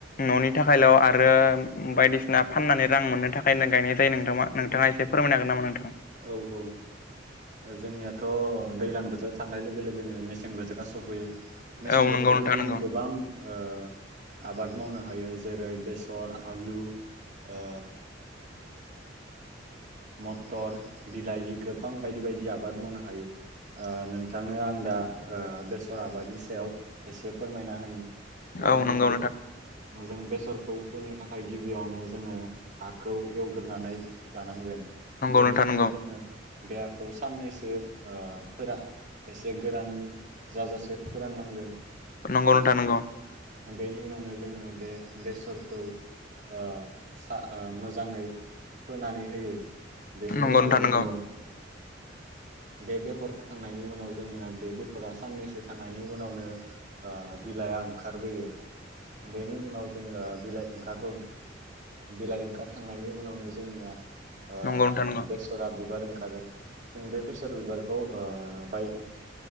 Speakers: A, on the left (about 45°); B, on the right (about 40°).
A: न'नि थाखायल' आरो बायदिसिना फाननानै रां मोननो थाखायनो गायनाय जायो नोंथां नोंथाङा एसे फोरमायनो हागोन नामा नोंथां
B: औ औ जोंनियाथ' दैजलां बोथोराव थांनाय लोगो लोगोनो मेसें बोथोरा सफैयो मेसें
A: औ नंगौ
B: बोथोरावबो
A: नोंथां
B: जों
A: नंगौ
B: गोबां ओ आबाद मावनो हायो जेरै बेसर आलु ओ मटर बिलाहि गोबां बायदि बायदि आबाद मावनो हायो ओ नोंथांनो आं दा बेसर आबादनि सायाव एसे फोरमायना होनि
A: औ
B: जों
A: नंगौ
B: जों बेसरखौ फोनो थाखाय गिबियावनो जोङो हाखौ एवग्रोनानै लानांगोन बेनि
A: नोंथां
B: उनाव
A: नंगौ
B: जोंङो बेेहाखौ साननैसो फोरा एसे गोरान जाजासे फोराननांगोन।
A: नंगौ
B: ओ
A: नोंथा नंगौ।
B: बेनि उनावनो जोंङो बे बेसरखौ ओ मोजांङै फोनानै होयो। बेनि
A: नंगौ
B: उनाव
A: नोंथां
B: जोंङो
A: नंगौ
B: बे बेखर फोखांनायनि उनाव जोंनिया बे फोरा साननैसो थानायनि उनावनो ओ बिलाइ आं बोयो बेनि उनाव जोङो बिलाइ ओंखारबो बिलाइ ओंखारखां नायनि उनावनो जोंनिया ओ
A: नंगौ नोंथां नंगौ
B: बेसरा बिबार ओंखारो जों बे बेसर बिबार खौ ओ बाय